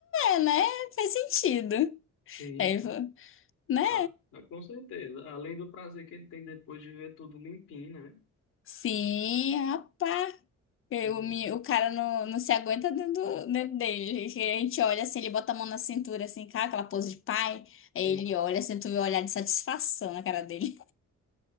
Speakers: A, on the left; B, on the left.
A: É, né? Faz sentido.
B: sim,
A: Aí ele
B: a,
A: falou, né?
B: a, a- com certeza. Além do prazer que ele tem depois de ver tudo limpinho, né?
A: Sim, rapaz. Eu,
B: É bom.
A: me, o cara não, não se aguenta dentro, do- dentro dele. Que A gente olha assim, ele bota a mão na cintura, assim, cara, aquela pose de pai.
B: Sim,
A: Aí ele olha, assim, tu vê o olhar de satisfação na cara dele.